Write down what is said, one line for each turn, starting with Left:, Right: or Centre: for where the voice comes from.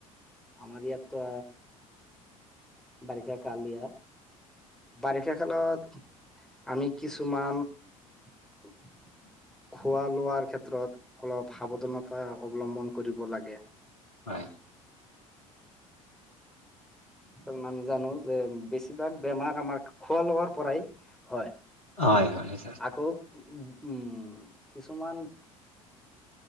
Centre: আমাৰ ইয়াততো, বাৰিষা কালিয়া বাৰিষা কালত আমি কিছুমান <inaudible> খোৱা লোৱাৰ ক্ষেত্ৰত অলপ সাৱধানতা অৱলম্বন কৰিব লাগে।
Left: হয়।
Centre: তাৰ নাম জানো যে বিছ, বেছিভাগ বেমাৰ আমাৰ খোৱা লোৱাৰ পৰাই হয়।
Left: হয় হয় ছাৰ।
Centre: আকৌ উম উ কিছুমান,